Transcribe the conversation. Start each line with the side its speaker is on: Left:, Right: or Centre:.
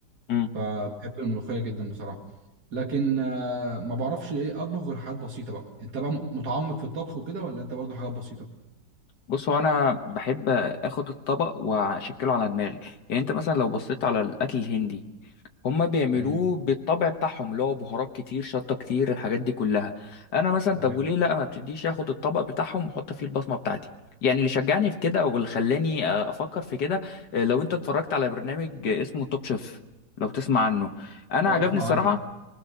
Left: مم.
Right: فبحب الملوخيه جدا بصراحه لكن آه، ما بعرفش ايه اطبخ غير حاجات بسيطه بقى انت بقى متعمق في الطبخ وكده ولا انت برضو حاجات بسيطه
Left: بص هو انا بحب اخد الطبق واشكله على دماغي يعني انت مثلا لو بصيت على الاكل الهندي هما بيعملوه
Right: تمام
Left: بالطبع بتاعهم اللي هو بهارات كتير شطه كتير الحاجات دي كلها انا مثلا
Right: تمام
Left: طب وليه لا ما بتديش اخد الطبق بتاعهم واحط فيه البصمه بتاعتي يعني اللي شجعني في كده واللي خلاني آه، افكر في كده آه، لو انت اتفرجت على برنامج آه، اسمه توب شيف لو تسمع عنه انا
Right: اه
Left: عجبني
Right: اسمع
Left: الصراحه
Right: عنه